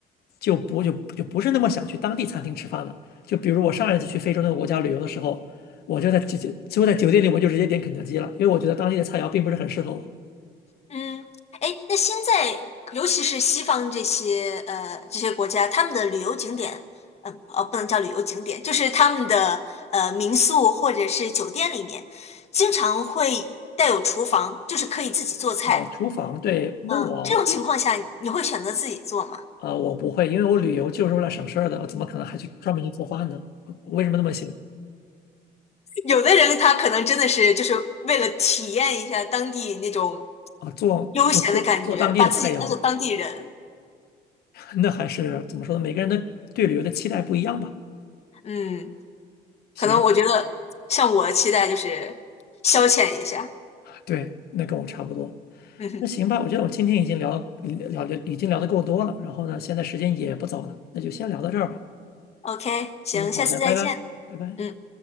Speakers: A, on the left; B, on the left.
A: 就不就就不是那么想去当地餐厅吃饭了。就比如我上一次去非洲那个国家旅游的时候，我就在直接就在酒店里，我就直接点肯德基了，因为我觉得当地的菜肴并不是很适合我。
B: 嗯，哎，那现在尤其是西方这些呃这些国家，他们的旅游景点，嗯呃，哦不能叫旅游景点，就是他们的呃民宿或者是酒店里面，经常会带有厨房，就是可以自己做菜。
A: 哦，厨房，对，那我那
B: 嗯，这种情况下你会选择自己做吗？
A: 啊、呃我不会，因为我旅游就是为了省事儿的，我怎么可能还去专门去做饭呢？我为什么那么写
B: 有的人他可能真的是就是为了体验一下当地那种
A: 啊？做就做做当地的菜肴。
B: 悠闲的感觉，把自己当做当地人。
A: 那还是怎么说呢？每个人的对旅游的期待不一样吧。
B: 嗯，
A: 行，
B: 可能我觉得像我的期待就是消遣一下。
A: 对，那跟我差不多。
B: 嗯哼
A: 那行吧，我觉得我今天已经聊了聊聊已经聊得够多了，然后呢，现在时间也不早了，那就先聊到这儿吧。
B: ，OK，
A: 行，
B: 行，
A: 好的，
B: 下次再见。
A: 拜拜，拜拜。
B: 嗯。